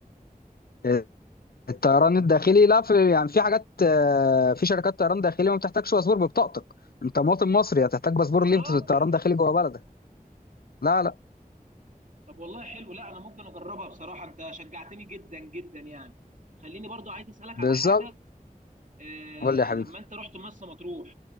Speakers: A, on the left; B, on the right.
A: يعني الطيران الداخلي لا في يعني في حاجات آه، في شركات طيران داخلي ما بتحتاجش باسبور ببطاقتك انت مواطن مصري هتحتاج باسبور
B: يا
A: ليه
B: راجل
A: في الطيران الداخلي جوه بلدك لا لا
B: طب والله حلو لا انا ممكن اجربها بصراحه انت شجعتني جدا جدا يعني خليني برضو عايز اسالك
A: بالظبط
B: على حاجه آه،
A: قول لي يا
B: لما
A: حبيبي
B: انت رحت مرسى مطروح